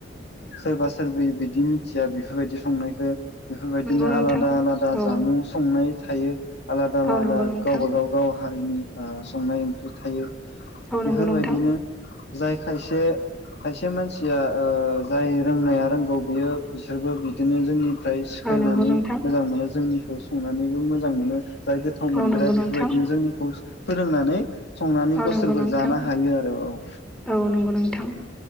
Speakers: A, on the left; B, in the centre.
A: सोरबा सोरबि बिदि मिथिया बेफोरबायदि संनायखौ बेफोरबायदिनो
B: नंगौ नोंथां
A: आलादा आलादा
B: औ
A: जामुं संनाय थायो आलादा आलादा
B: औ नंगौ नोंथां
A: गावब गाव गाव हारिनि ओ संनाय ओंख्रि थायो।
B: औ
A: बेफोरबायदिनो
B: नंगौ नोंथां
A: जाय खायसे खायसे मानसिया ओ जाय रोंनाया रोंगौ बियो बिसोरबो बिदिनो जोंनि फ्राय सिखायनानै
B: औ नंगौ नोंथां
A: मोजां मोनो जोंनिखौ संनानैबो मोजां मोनो। जाय गोथाव मोनग्रा
B: औ नंगौ
A: बेफोरबायदिनो
B: नोंथां
A: जोंनिखौ फोरोंनानै संनानै
B: औ
A: गावसोरबो
B: नंगौ नोंथां
A: जानो हायो आरो औव।
B: औ नंगौ नोंथां